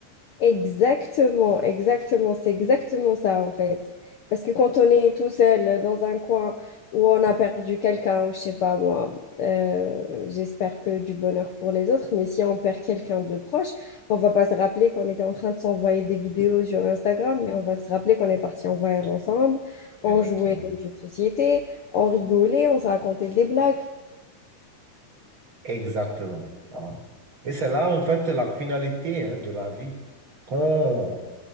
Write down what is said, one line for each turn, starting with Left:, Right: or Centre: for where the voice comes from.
Left: Exactement, exactement, c'est exactement ça en fait. Parce que quand on est tout seul dans un coin où on a perdu quelqu'un, ou je sais pas moi, euh, j'espère que du bonheur pour les autres, mais si on perd quelqu'un de proche, on va pas se rappeler qu'on était en train de s'envoyer des vidéos sur Instagram, mais on va se rappeler qu'on est parti en voyage ensemble, on
Right: Exactement.
Left: jouait aux jeux de société, on rigolait, on se racontait des blagues.
Right: Exactement. hein. Et c'est là, en fait, la finalité, hein, de la vie, qu'on